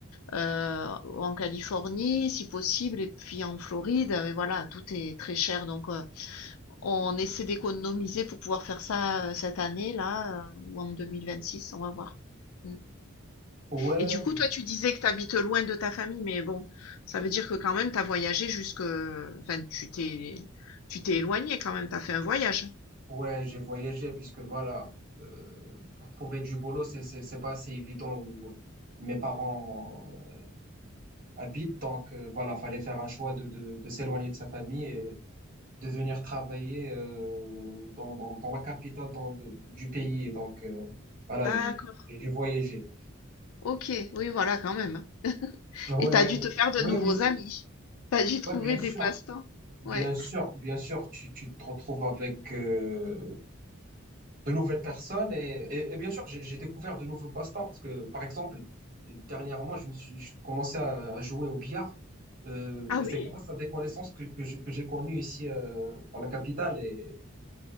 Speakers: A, on the left (about 80°); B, on the right (about 40°).
A: heu, ou en Californie si possible et puis en Floride, mais voilà, tout est très cher donc, heu, on essaie d'économiser pour pouvoir faire ça, heu, cette année-là, heu, ou en 2026, on va voir. Mmh
B: Ouais,
A: et
B: euh,
A: du coup, toi, tu disais que tu habites loin de ta famille, mais bon, ça veut dire que quand même tu as voyagé jusque enfin tu t'es tu t'es éloigné quand même, tu as fait un voyage?
B: ouais, j'ai voyagé puisque voilà, euh, pour trouver du boulot, c'est, c'est, c'est pas assez évident. Ou, mes parents habite. Donc euh, voilà, fallait faire un choix de, de, de s'éloigner de sa famille et de venir travailler euh, dans, dans, dans la capitale dans, de- du pays. Et donc euh, voilà,
A: D'accord.
B: j'ai j'ai dû voyager.
A: Ok, oui, voilà, quand même. hein. <laughs>
B: Ouais,
A: Et t'as dû te faire de
B: ouais,
A: nouveaux
B: mais c'est-
A: amis. T'as dû trouver
B: ouais, bien sûr,
A: des passe-temps.
B: bien
A: Ouais.
B: sûr, bien sûr, tu, tu te retrouves avec euh, de nouvelles personnes et, et- et bien sûr, j'ai j'ai découvert de nouveaux passe-temps parce que, par exemple, dernièrement, je me suis je commençais à, à jouer au billard. Euh,
A: Ah
B: et c'est
A: oui,
B: grâce à des connaissances que, que je- que j'ai connues ici euh, dans la capitale et